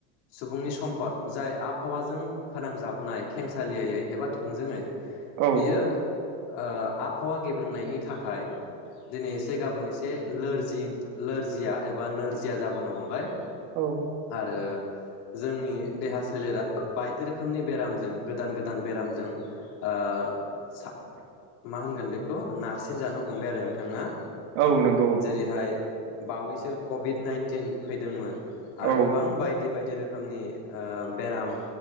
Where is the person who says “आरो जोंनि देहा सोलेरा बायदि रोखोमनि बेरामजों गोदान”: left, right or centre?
Left